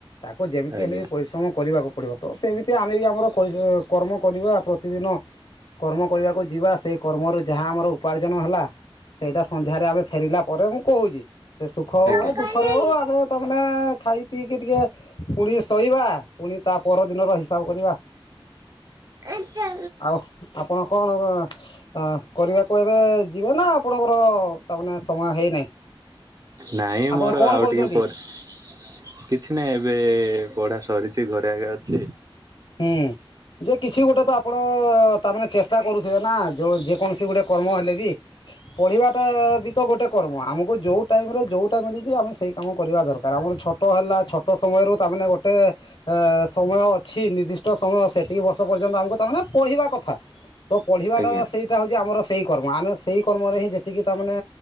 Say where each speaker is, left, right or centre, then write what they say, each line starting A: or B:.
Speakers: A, on the left; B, on the right.
A: ତାକୁ ଯେମିତି
B: ଆଜ୍ଞା
A: ହେଲେ ବି ପରିଶ୍ରମ କରିବାକୁ ପଡିବ। ତ ସେମିତି ଆମେ ବି ଆମର କର୍ମ କରିବା ପ୍ରତିଦିନ କର୍ମ କରିବାକୁ ଯିବା ସେଇ କର୍ମରୁ ଯାହା ଆମର ଉପାର୍ଜନ ହେଲା ସେଇଟା ସନ୍ଧ୍ୟାରେ ଆମେ ଫେରିଲା ପରେ ମୁଁ କହୁଛି। ସେ ସୁଖ ହଉ
B: ଆଜ୍ଞା।
A: ବା ଦୁଖରେ
B: ଆଜ୍ଞା
A: ହଉ ଆମେ ତା ମାନେେ ଖାଇ ପିଇକି ଟିକେ ପୁଡି ଶୋଇବା। ପୁଣି ତା ପରଦିନର ହିସାବ କରିବା।
B: ଏଇଟା।
A: ଆଉ ଆପଣ କଣ? ଅ କରିବାକୁ ଏବେ ଯିବେ ନା ଆପଣଙ୍କର ତା ମାନେ ସମୟ ହେଇନାହିଁ?
B: ନାଇଁ
A: ଆପଣ
B: ମୋର
A: କଣ
B: ଆଉ
A: କରୁଛନ୍ତି?
B: ଟିକେ ପରେ। କିଛି ନାହିଁ ଏବେ ପଢା ସରିଛି ଘରେ ଆଗେ ଅଛି।
A: ହୁଁ ଯେ କିଛି ଗୋଟେ ତ ଆପଣ ତାମାନେେ ଚେଷ୍ଟା କରୁଥିବେ ନା ଯୋଉ ଯେକୌଣସି ଗୋଟେ କର୍ମ ହେଲେ ବି। ପଢ଼ିବା ଟା ବି ତ ଗୋଟେ କର୍ମ ଆମକୁ ଯେଉଁ ଟାଇମେ ଯେଉଁଟା ମିଳିଛି ଆମେ ସେଇ କାମ କରିବା ଦରକାର ଆମର ଛୋ ଛୋଟ ହେଲା ଛୋଟ ସମୟରୁ ତାମାନେେ ଗୋଟେ ଏ ସମୟ ଅଛି ନିର୍ଦ୍ଦିଷ୍ଟ ସମୟ ସେତିକି ବର୍ଷ ପର୍ଯ୍ୟନ୍ତ ଆମକୁ ତାମାନେ ପଢ଼ିବା କଥା ତ ପଢ଼ିବାଟା
B: ଆଜ୍ଞା।
A: ସେଇ ସେଇଟା ହଉଛି ଆମର ସେଇ କର୍ମ ଆମେ ସେଇ କର୍ମରେ ହିଁ ଯେତିକି ତାମାନେେ